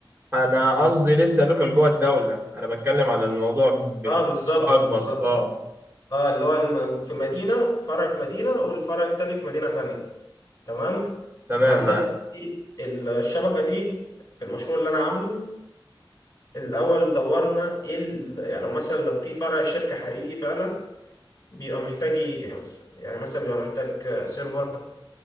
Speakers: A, on the right; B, on the left.
A: انا قصدي لسه لوكال جوه الدولة انا بتكلم على الموضوع بصفة
B: اه بالظبط
A: اكبر
B: بالظبط
A: اه
B: اه اللي هو الم- في مدينة فرع في مدينة والفرع التاني في مدينة تانية تمام
A: تمام
B: عندك
A: معاك
B: دلوقتي الشبكة دي في المشروع اللي أنا عامله الأول دورنا إيه ال- يعني لو مثلا لو في فرع شركة حقيقي فعلا بيبقى محتاج إيه يعني مثلا يعني مثلا بيبقى محتاج سيرفر